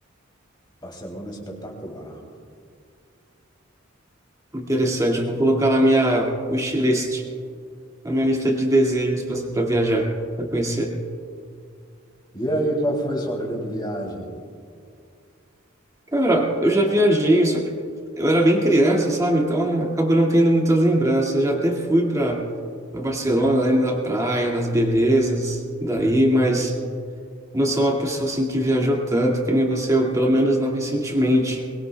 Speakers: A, on the left; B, on the right.
A: Barcelona é espetacular.
B: Interessante. Eu vou colocar na minha wishlist, na minha lista de desejos para viajar, para conhecer.
A: E aí, qual foi a sua grande viagem?
B: Cara, eu já viajei, só que eu era bem criança, sabe? Então acabo não tendo muitas lembranças. Eu já até fui para para Barcelona, lembro da praia, das belezas daí, mas não sou uma pessoa assim que viajou tanto que nem você, ou pelo menos não recentemente,